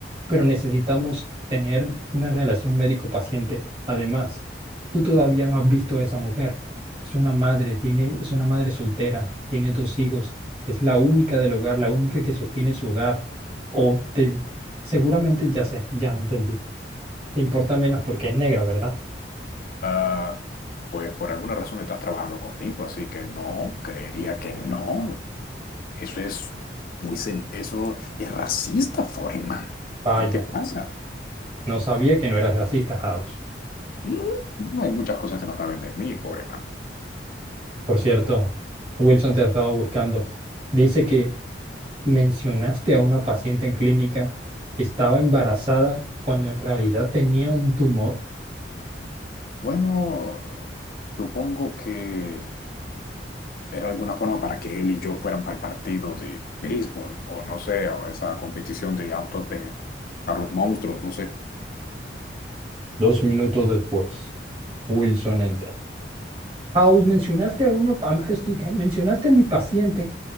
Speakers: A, on the right; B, on the left.
A: pero necesitamos tener una relación médico-paciente. Además, tú todavía no has visto a esa mujer. Es una madre, tiene, es una madre soltera, tiene dos hijos, es la única del hogar, la única que sostiene su hogar. O te, seguramente ya sé, ya entendí. Te importa menos porque es negra, ¿verdad?
B: ah, pues por alguna razón estás trabajando conmigo, así que no, creería que no. Eso es muy, sen- eso es racista, Foreman.
A: Vaya,
B: ¿Qué te pasa?
A: no sabía que no eras racista, House.
B: Mm, No hay muchas cosas que no saben de mí, Foreman.
A: Por cierto, Wilson te ha estado buscando. Dice que Mencionaste a una paciente en clínica, estaba embarazada cuando en realidad tenía un tumor.
B: Bueno, supongo que era alguna forma para que él y yo fuéramos al partido de béisbol, o no sé, o esa competición de autos de carros monstruos, no sé.
A: Dos minutos después, Wilson entra. House, mencionaste a una, pa- mencionaste a mi paciente,